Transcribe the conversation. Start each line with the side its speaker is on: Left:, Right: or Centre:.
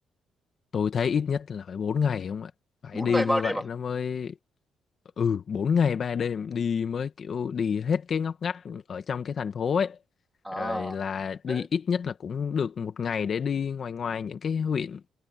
Left: tôi thấy ít nhất là phải 4 ngày không ạ? Phải
Centre: bốn
Left: đi
Centre: ngày ba
Left: như vậy
Centre: đêm à
Left: nó mới ừ 4 ngày ba đêm đi mới kiểu đi hết cái ngóc ngách ở trong cái thành phố ấy.
Centre: à
Left: Rồi là đi
Centre: đấy
Left: ít nhất là cũng được một ngày để đi ngoài ngoài những cái huyện